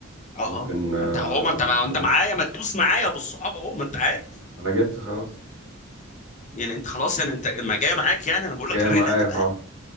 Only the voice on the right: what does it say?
ممكن
آه،
نروح
انا جبت خلاص
جاي
معايا
اه